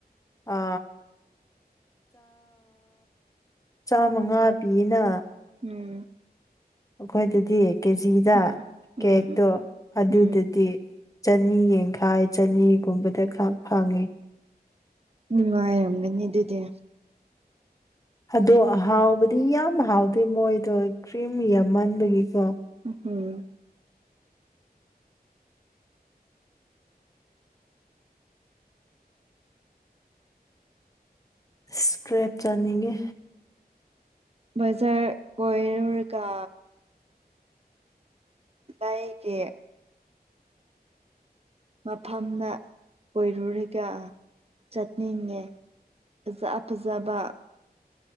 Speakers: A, on the left (about 20°); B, on the right (about 40°).
A: ꯥ ꯆꯥꯃꯉꯥ ꯄꯤꯌꯦꯅ
B: ꯎꯝ
A: ꯑꯩꯈꯣꯏꯗꯗꯤ ꯀꯦꯖꯤꯗ
B: ꯎꯝ
A: ꯀꯦꯛꯇꯣ
B: ꯎꯝ
A: ꯑꯗꯨꯗꯗꯤ
B: ꯎꯝ
A: ꯆꯅꯤ ꯌꯦꯟꯈꯥꯏ ꯆꯅꯤꯒꯨꯝꯕꯗ ꯈꯥꯛ ꯐꯪꯉꯤ
B: ꯅꯨꯡꯉꯥꯏꯔꯝꯒꯅꯤ ꯑꯗꯨꯗꯤ
A: ꯑꯗꯣ ꯍꯥꯎꯕꯗꯤ ꯌꯥꯝ ꯍꯥꯎꯗꯦ ꯃꯣꯏꯗꯣ ꯀ꯭ꯔꯤꯝ ꯌꯥꯝꯃꯟꯕꯒꯤꯀꯣ
B: ꯎꯝ
A: ꯁꯀ꯭ꯔꯦꯞ ꯆꯅꯤꯡꯒꯦ
B: ꯕꯖꯔ ꯀꯣꯏꯔꯒ ꯂꯩꯒꯤ ꯃꯐꯝꯗ ꯑꯣꯏꯔꯨꯔꯒ ꯆꯠꯅꯤꯡꯉꯦ ꯐꯖ ꯐꯖꯕ